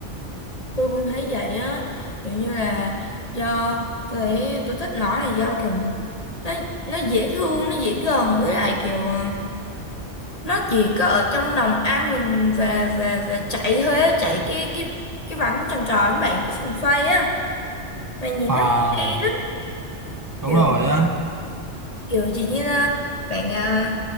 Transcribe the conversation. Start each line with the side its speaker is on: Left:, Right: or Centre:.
Left: tôi cũng thấy vậy á kiểu như là do tôi thấy tôi thích nó là do kiểu nó nó dễ thương nó dễ gần với lại kiểu à, nó chỉ có ở trong lòng ăn vừng và và, và chạy thôi á chạy cái cái cái bánh tròn tròn với bạn cái vòng xoay á mà nhìn
Right: à
Left: nó cũng hay lắm
Right: đúng
Left: kiểu
Right: rồi á
Left: kiểu chỉ như là bạn à,